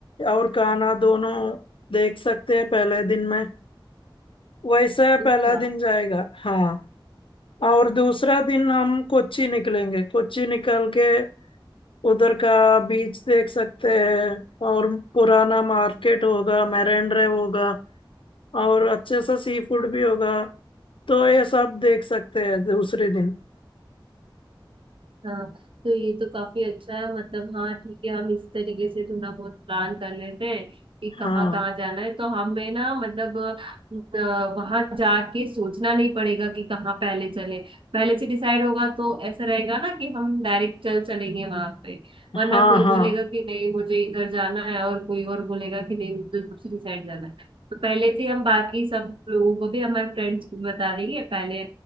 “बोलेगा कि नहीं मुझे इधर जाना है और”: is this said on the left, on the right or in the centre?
Right